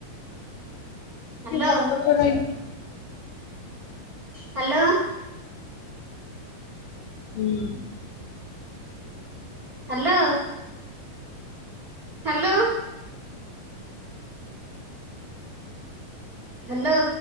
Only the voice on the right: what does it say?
ହ୍ୟାଲୋ
ହ୍ୟାଲୋ।
ହ୍ୟାଲୋ। Hello. hello.